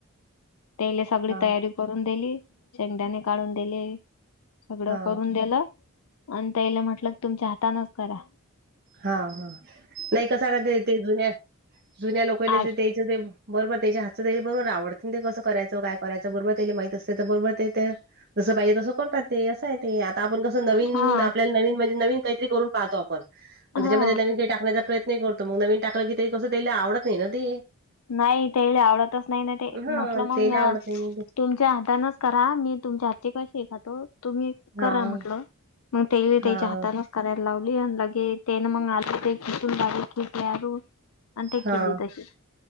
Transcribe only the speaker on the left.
तेले सगळी
तयारी करून दिली शेंगदाणे काढून दिले सगळं
करून दिलं आणि त्यायलं म्हटलं तुमच्या हातानच करा.
आ
हा
हा
नाही तेयले आवडतच नाही ते
म्हटलं मंग
तुमच्या हातानच करा मी तुमच्या हातची कशीही खातो तुम्ही करा
म्हटलं मंग त्याले
त्यांच्या हातानच करायला लावली आन लगे त्याने मंग <unintelligible> किसून बारीक खिसल्या. <unintelligible> आणि ते
केली तशीच